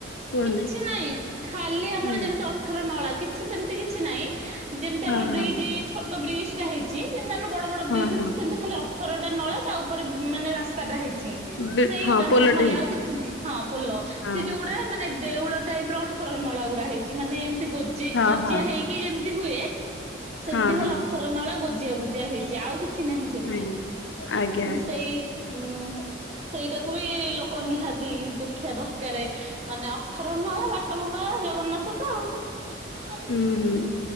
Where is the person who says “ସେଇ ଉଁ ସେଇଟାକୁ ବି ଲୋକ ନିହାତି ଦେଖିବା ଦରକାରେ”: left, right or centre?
Right